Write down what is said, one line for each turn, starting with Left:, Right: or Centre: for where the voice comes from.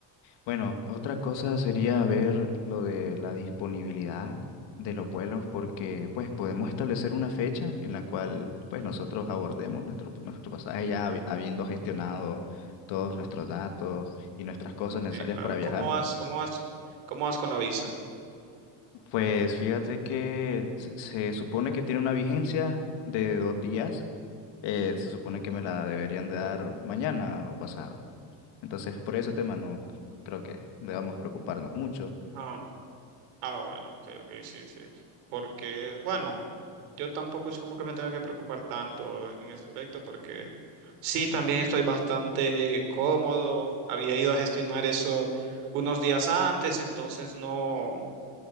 Left: Bueno, otra cosa sería ver lo de la disponibilidad de los vuelos porque pues podemos establecer una fecha en la cual pues nosotros abordemos nuestro, nuestro pasaje ya habi- habiendo gestionado todos nuestros datos y nuestras cosas necesarias
Right: Sí, claro.
Left: para viajar.
Right: ¿Cómo vas, cómo vas, cómo vas con la visa?
Left: Pues fíjate que se, se supone que tiene una vigencia de dos días. eh, se supone que me la deberían de dar mañana o pasado. Entonces por ese tema no creo que debamos preocuparnos mucho.
Right: Ah, Ah, bueno, ok, ok, sí, sí. Porque, bueno, yo tampoco es como que me tenga que preocupar tanto en ese aspecto, porque sí, también estoy bastante cómodo. Había ido a gestionar eso unos días antes, entonces no,